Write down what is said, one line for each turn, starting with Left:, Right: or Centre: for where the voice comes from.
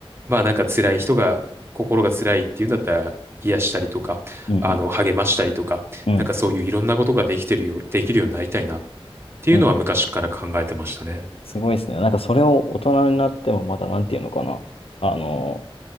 Right: まあなんか辛い人が、心が辛いっていうんだったら、癒したりとか、
Left: うん。
Right: あの、励ましたりとか、
Left: うん。
Right: なんかそういういろんなことができてるよう、できるようになりたいなっていうのは昔から考えてましたね。
Left: うん。すごいですね。なんかそれを大人になってもまだなんていうのかな。あの、